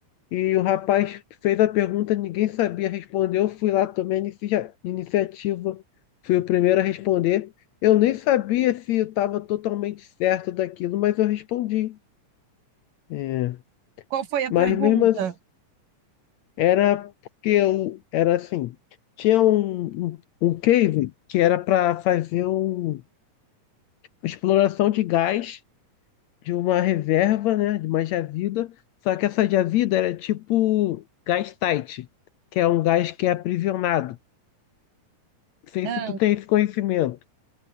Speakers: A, on the left; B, on the right.
A: e o rapaz fez a pergunta, ninguém sabia responder. Eu fui lá, tomei a inicia- iniciativa, fui o primeiro a responder. Eu nem sabia se eu estava totalmente certo daquilo, mas eu respondi. É.
B: Qual foi a
A: Mas
B: pergunta?
A: mesmo assim. Era porque eu era assim, tinha um, um um cave que era para fazer um, exploração de gás de uma reserva, né, de uma jazida, só que essa jazida era tipo gás tight, que é um gás que é aprisionado. Não sei
B: Ah,
A: se tu tem esse conhecimento.